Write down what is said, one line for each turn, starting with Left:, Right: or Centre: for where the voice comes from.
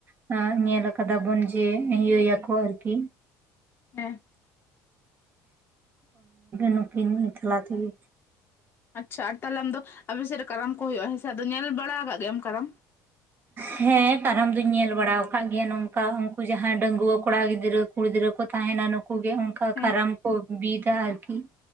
Right: ᱥᱮ ᱧᱮᱞ ᱟᱠᱟᱫᱟᱵᱚᱱ ᱡᱮ ᱤᱭᱟᱹᱭᱟᱠᱚ ᱟᱨᱠᱤ
Left: ᱦᱮᱸ
Right: ᱱᱩᱠᱤᱱ ᱮᱠᱞᱟ ᱛᱮ ᱜᱮ
Left: ᱟᱪᱪᱷᱟ ᱟᱨ ᱛᱟᱦᱚᱞᱮ ᱟᱢ ᱫᱚ ᱟᱯᱮ ᱥᱮᱫ ᱨᱮ ᱠᱟᱨᱟᱢ ᱠᱚ ᱦᱩᱭᱩᱜᱼᱟ ᱦᱮᱸ ᱥᱮ ᱟᱫᱚ ᱧᱮᱞ ᱵᱟᱲᱟ ᱟᱠᱟᱫ ᱜᱮᱭᱟᱢ ᱠᱟᱨᱟᱢ᱾
Right: ᱦᱮᱸ ᱠᱟᱨᱟᱢ ᱫᱩᱧ ᱧᱮᱞ ᱵᱟᱲᱟᱣ ᱟᱠᱟᱫ ᱜᱮᱭᱟ ᱱᱚᱝᱠᱟ ᱩᱱᱠᱩ ᱡᱟᱦᱟᱸᱭ ᱰᱟᱸᱜᱩᱣᱟᱹ ᱠᱚᱲᱟ ᱜᱤᱫᱽᱨᱟᱹ ᱠᱩᱲᱤ ᱜᱤᱫᱽᱨᱟᱹ ᱠᱚ ᱛᱟᱦᱮᱱᱟ ᱱᱩᱠᱩ ᱜᱮ ᱚᱱᱠᱟ
Left: ᱦᱮᱸ
Right: ᱠᱟᱨᱟᱢ ᱠᱚ ᱵᱤᱫᱟ ᱟᱨᱠᱤ